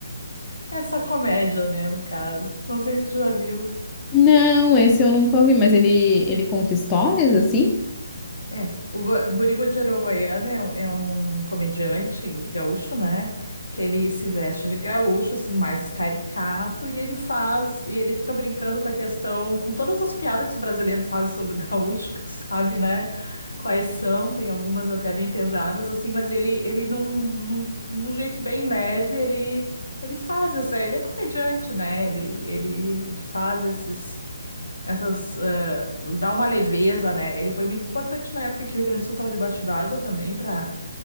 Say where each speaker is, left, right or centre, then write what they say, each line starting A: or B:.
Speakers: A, on the left (about 75°); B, on the left (about 20°).
A: É só comédia, né, no caso. Não sei se tu já viu.
B: Não, esse eu nunca ouvi, mas ele, ele conta histórias assim?
A: É, o Go Guri Guajarão Goiano é um, é um comediante gaúcho, né? Que ele se veste de gaúcho, assim, mais caricato, e ele faz, e ele fica brincando com a questão, com todas as piadas que os brasileiros fazem sobre o gaúcho, <laughs> que tu sabe, né? Quais são, tem algumas até bem pesadas, assim, mas ele, ele num, num, num jeito bem leve, ele, ele faz essa, ele é comediante, né? Ele, ele faz esses. essas, eh, dá uma leveza, né? Ele foi muito importante na época que o Rio Grande do Sul estava debaixo d'água também, para